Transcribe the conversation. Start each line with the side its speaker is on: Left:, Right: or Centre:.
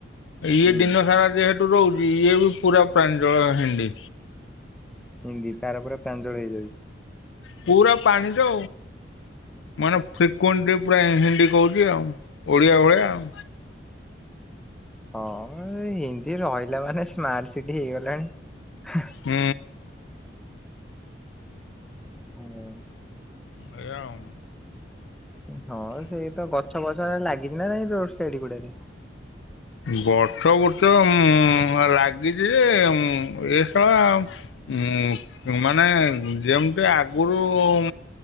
Left: ଇଏ
Centre: ହୁଁ
Left: ଦିନ ସାରା ଯେହେତୁ ରହୁଚି ଇଏ ବି ପୁରା ପ୍ରାଞ୍ଜଳ ହିନ୍ଦୀ।
Centre: ହିନ୍ଦୀ ତାର ପୁରା ପ୍ରଞ୍ଜଳ ହେଇଯାଉଚି।
Left: ପୁରା ପାଣି ର ମାନେ ଫ୍ରପ୍ କୋଣ୍ଡି ପୁରା ହିନ୍ଦୀ କହୁଚି ଆଉ ଓଡିଆ ଭଳିଆ ଆଉ।
Centre: ହଁ ହିନ୍ଦୀ ରହିଲା ମାନେ ସ୍ମାର୍ଟ ସିଟି ହେଇଗଲାଣି।
Left: ହୁଁ।
Centre: ହୁଁ।
Left: ଏଇଆ ଆଉ।
Centre: ହଁ ସେଇ ତ ଗଛ ବଛ ଏ ଲାଗିଛି ନା ନାଇ ରୋଡ ସାଇଡ୍ ଗୁଡାରେ?
Left: ଗଛ ବୃଛ ଉଁ ଲାଗିଚି ଯେ ଉଁ ଏ ସଳା ଉଁ ମାନେ ଯେମିତି ଆଗରୁ ଉଁ